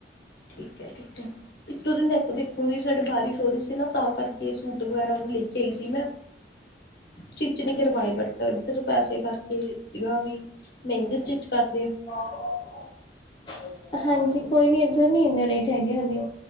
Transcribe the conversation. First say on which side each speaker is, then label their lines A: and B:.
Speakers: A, on the left; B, on the left.
A: ਠੀਕ ਐ, ਠੀਕ ਐ। ਇਕ-ਦੋ ਦਿਨ ਤੱਕ ਦੇਖੂਗੀ, ਸਾਡੇ ਬਾਰੀਸ਼ ਹੋ ਰਈ ਸੀ ਨਾਂ ਤਾਂ ਕਰਕੇ ਸੂਟ ਵਗੈਰਾ ਲੈ ਕੇ ਆਈ ਸੀ ਮੈਂ। ਟਿਚ ਨੀਂ ਕਰਵਾਏ ਬਟ, ਏਦਰ ਪੈਸੇ ਕਰਕੇ ਸੀਗਾ ਵੀ ਮਈਂਗੇ ਸਟਿਚ ਕਰਦੇ ਆ।
B: <unintelligible> ਹਾਂਜੀ ਕੋਈ ਨੀਂ ਏਦਰ ਨੀਂ ਏਨੇ ਰੇਟ ਹੈਗੇ ਹਲੇ।